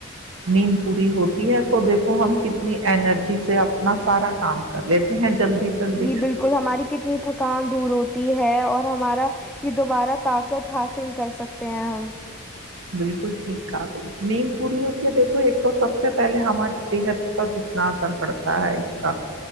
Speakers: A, on the right; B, in the centre.
A: نیند پوری ہوتی ہے تو دیکھو ہم کتنی ارجی سے اپنا سارا کام کر لیتے ہیں جلدی جلدی
B: جی بالکل ہماری کتنی تھکان دور ہوتی ہے اور ہمارا یہ دوبارہ طاقت حاصل کر سکتے ہیں ہم
A: بالکل ٹھیک تھا تو نیند پوری ہوتی ہے دیکھو ایک تو سب سے پہلے ہماری صحت پر کتنا اثر پڑتا ہے اس کا